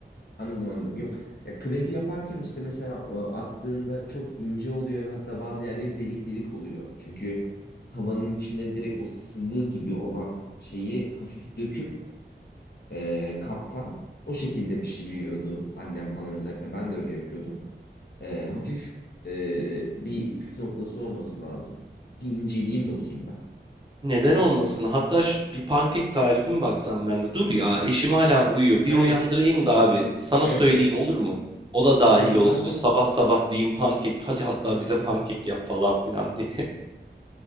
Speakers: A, on the left; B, on the right.
A: Anladım anladım. Yok. Ya krebi yaparken işte mesela e, attığında çok ince oluyor ve hatta bazı yerleri delik delik oluyor. Çünkü tavanın içine direkt o sıvı gibi olan şeyi hafif döküp e, kaptan o şekilde pişiriyordu annem falan özellikle. Ben de öyle yapıyordum. E, hafif e, bir püf noktası olması lazım. Bir inceleyeyim bakayım ben.
B: Neden olmasın? Hatta ş- bir pankek tarifim baksam ben de. Dur ya eşim hala uyuyor. Bir
A: Evet,
B: uyandırayım da abi. Sana
A: evet,
B: söyleyeyim
A: evet.
B: olur mu? O da dahil
A: Olur
B: olsun.
A: ben de
B: Sabah sabah diyeyim pankek. Hadi hatta
A: <laughs>
B: bize pankek yap falan filan diye. <laughs>